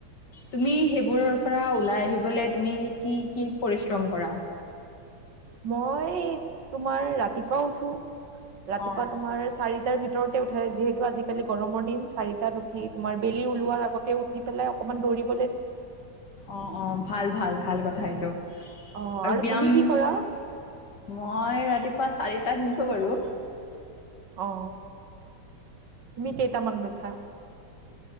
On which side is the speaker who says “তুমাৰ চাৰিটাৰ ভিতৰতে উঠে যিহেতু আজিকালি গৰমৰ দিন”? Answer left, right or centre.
Right